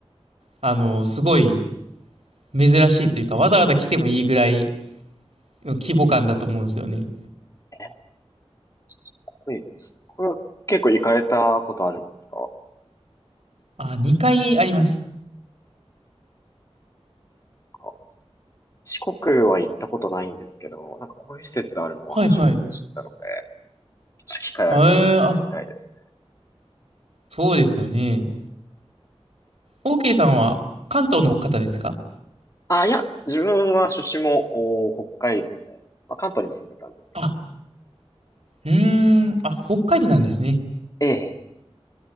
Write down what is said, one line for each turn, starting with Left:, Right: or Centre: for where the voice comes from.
Right: あの、すごい珍しいというか、わざわざ来てもいいぐらいの規模感だと思うんですよね。
Left: ええすごいです。これは結構行かれたことあるんですか
Right: あ、2回あります。
Left: なんか四国は行ったことないんですけど、なんかこういう施設があるのを初めて知ったので、
Right: はいはい。
Left: ちょっと機会あれば伺ってみたいですね。
Right: あ、えーあ、そうですよね。OK さんは関東の方ですか
Left: あ、いや、自分は出身もお北海道で、まあ、関東にも住んでたんですけど。
Right: あ、うーん、あ、北海道なんですね。
Left: ええ